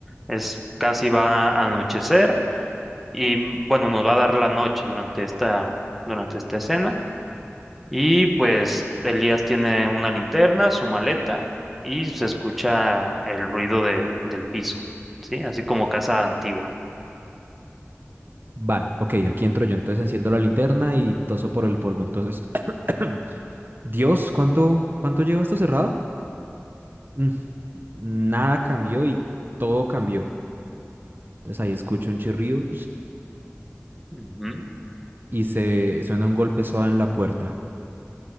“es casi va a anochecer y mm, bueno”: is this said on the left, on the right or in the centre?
Centre